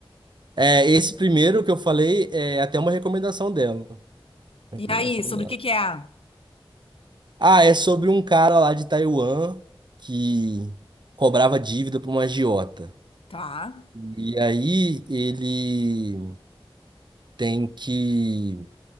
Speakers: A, on the right; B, on the left.
A: É, esse primeiro que eu falei é até uma recomendação dela. Recomendação
B: E aí, sobre
A: dela.
B: o que que é?
A: Ah, é sobre um cara lá de Taiwan que cobrava dívida para uma agiota.
B: Tá.
A: E aí ele tem que